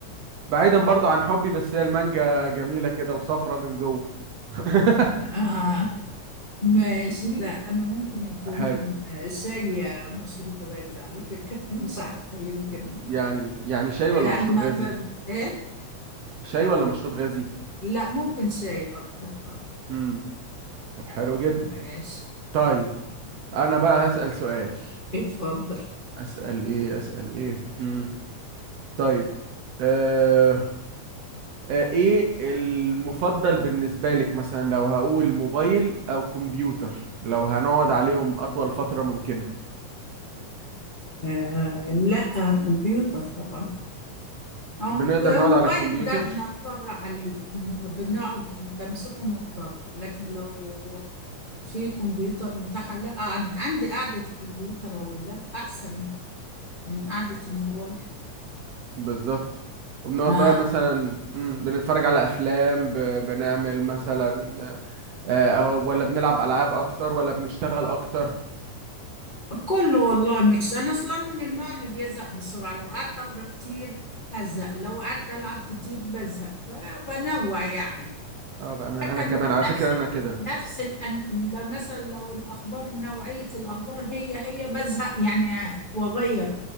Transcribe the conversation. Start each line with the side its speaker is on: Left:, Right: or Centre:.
Right: بعيدا برضه عن حبي بس هي المانجا جميلة كده وصفرة من جوه <laughs>
Left: اه ماشي لا انا ممكن يكون
Right: حلو
Left: شاي مشروب غازي على فكرة <laughs> مش عارفة يمكن
Right: يعني يعني شاي
Left: يعني
Right: ولا مشروب
Left: ما
Right: غازي
Left: ما- ايه
Right: شاي ولا مشروب غازي
Left: لا ممكن شاي اكتر اه
Right: امم طب حلو جدا
Left: ماشي
Right: طيب انا بقى هسأل سؤال
Left: اتفضل
Right: اسأل ايه اسأل ايه مم. طيب آه... آه ايه المفضل بالنسبة لك مثلا لو هقول موبايل او كمبيوتر لو هنقعد عليهم اطول فترة ممكنة
Left: آه لا كمبيوتر طبعا آه،
Right: بنقدر نقعد
Left: موبايل
Right: على الكمبيوتر
Left: ده بنضطر عليه م- بنقعد بمسكه مضطر لكن لو في كمبيوتر متاح لا عن- عندي قعدة الكمبيوتر او اللاب احسن من قعدة الموبايل
Right: بالظبط وبنقعد
Left: آه
Right: بقى مثلا مم. بنتفرج على افلام ب... بنعمل مثلا آه... آه، ولا بنلعب العاب اكتر ولا بنشتغل اكتر
Left: كله والله ميكس انا اصلا من النوع اللي بيزهق بسرعه لو قعدت اقرا كتير هزهق لو قعدت العب كتير بزهق فبنوع يعني
Right: اه بأمان
Left: حتى
Right: انا كمان
Left: من
Right: على
Left: نفس
Right: فكرة انا
Left: ال...
Right: كده
Left: نفس الأن... لا مثلا لو الاخبار نوعيه الاخبار هي هي بزهق يعني واغير